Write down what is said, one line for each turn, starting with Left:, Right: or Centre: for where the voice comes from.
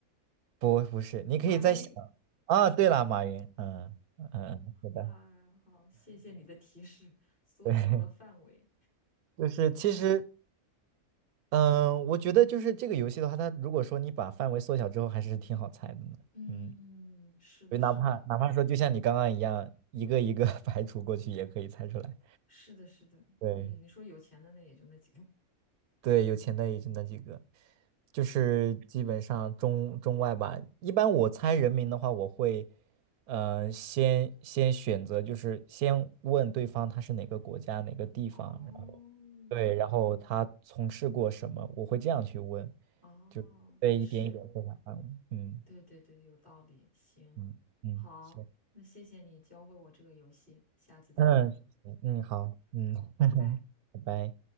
Right: 不不是，你可以再想
Left: 马云。
Right: 啊。对了，马云，嗯嗯嗯，是的，
Left: 哎呀，好，谢谢你的提示，缩小了范围。
Right: 对，就是其实嗯，我觉得就是这个游戏的话，它如果说你把范围缩小之后，还是挺好猜的呢。
Left: 嗯，
Right: 嗯，
Left: 是的，
Right: 就哪怕哪怕说就像你刚刚一样，
Left: 是的，
Right: 一个一个 <laughs> 排除过去也可以猜出来。
Left: 是的，是的。
Right: 对，
Left: 嗯，你说有钱的那也就那几个。
Right: 对，有钱的也就那几个，就是基本上中中外吧。一般我猜人名的话，我会，呃，先先选择，就是先问对方他是哪个国家、哪个地方，
Left: 哦，
Right: 然后对，然后他从事过什么，我会这样去问，
Left: 哦，
Right: 就对，
Left: 也是。
Right: 一点一点缩小范围。嗯
Left: 对对对，有道理。行，
Right: 嗯嗯，
Left: 好，
Right: 行，
Left: 那谢谢你教会我这个游戏，下次再玩儿。
Right: <coughs> 嗯行嗯，好，嗯，
Left: 好，拜拜。
Right: 拜拜。